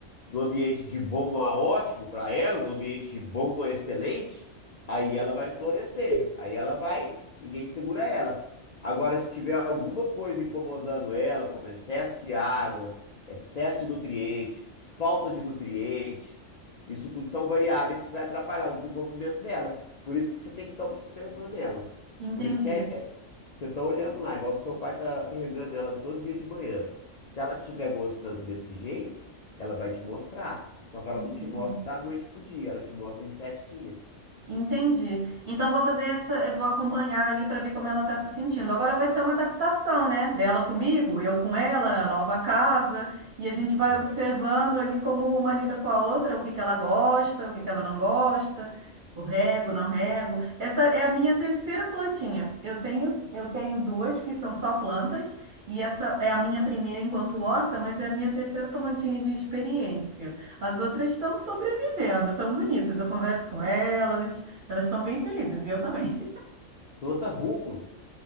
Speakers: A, on the left (about 70°); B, on the right (about 50°).
A: no ambiente de bom a ótimo para ela, no ambiente de bom a excelente, aí ela vai florescer. Aí ela vai, ninguém segura ela. Agora, se tiver alguma coisa incomodando ela, como excesso de água, excesso de nutriente, falta de nutriente, isso tudo são variáveis que vai atrapalhar o desenvolvimento dela. Por isso que você tem que estar observando ela.
B: entendi.
A: Por isso que é você tá olhando lá, igual seu pai tá regando ela todo dia de manhã. Se ela tiver gostando desse jeito, ela vai te mostrar. Só que ela
B: Hum.
A: não te mostra da noite pro dia, ela te mostra em sete dias.
B: Entendi. Então vou fazer essa, eu vou acompanhar ali para ver como ela está se sentindo. Agora vai ser uma adaptação, né? Dela comigo, eu com ela, na nova casa, e a gente vai
A: É.
B: observando ali como uma lida com a outra, o que que ela gosta, o que que ela não gosta, o rego, não rego. Essa é a minha terceira plantinha. Eu tenho, eu tenho duas que são só plantas, e essa é a minha primeira enquanto horta, mas é a minha terceira plantinha de experiência. As outras estão sobre vendo, tão bonitas. Eu converso com elas, elas estão bem felizes e eu também. <laughs>
A: Planta rúcula.